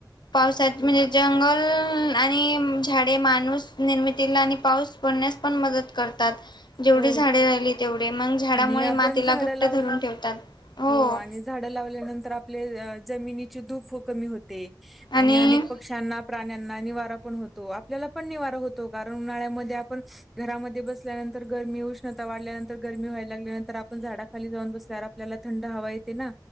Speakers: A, on the left; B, in the centre.
A: पावसात म्हणजेऽ जंगल ऽऽआणि झाडे माणूस निर्मितीला आणि पाऊस पडण्यास पण मदत करतात. तात, जेवढी
B: हो
A: झाडे राहिली तेवढी मगऽ झाडामुळे
B: आणि आपण
A: मातीला
B: झाडं
A: घट्ट
B: लावली
A: धरून ठेवतात,,, होऽ
B: हो आणि झाडं लावल्यानंतर आपले जमिनीची धुप कमी होते,, आणिऽ
A: आणि
B: पक्ष्यांना, प्राण्यांना निवारा पण होतो,, आपल्याला पण निवारा होतो,, कारण उन्हाळ्यामध्ये आपणऽ घरामध्ये बसल्यानंतर गरमी उष्णता वाढल्यानंतर गरमी व्हायला लागल्या नंतर आपण झाडाखाली जाऊन बसल्यावर आपल्याला थंड हवा येते ना